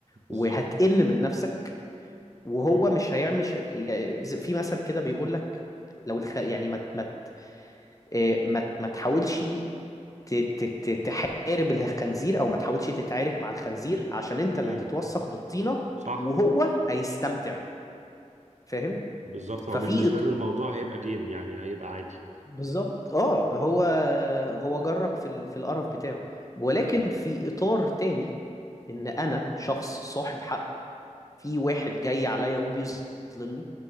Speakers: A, on the right; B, on the left.
A: بالظبط
B: وهتقل من نفسك وهو
A: مم.
B: مش هيعمل ش- يعني في مثل كده بيقول لك لو الخ... يعني ما ما آه، ما ما تحاولش ت... ت... ت... تحارب الخنزير او ما تحاولش تتعارك مع الخنزير عشان انت اللي
A: ايه
B: هتتوسخ بالطينة
A: صح
B: وهو هيستمتع فاهم
A: بالظبط هو
B: ففي
A: بالنسبه له الموضوع هيبقى جيم يعني هيبقى عادي
B: بالظبط اه هو هو جرك في ال... في القرف بتاعه ولكن في اطار تاني ان انا شخص صاحب حق في واحد جاي عليا وبيظلمني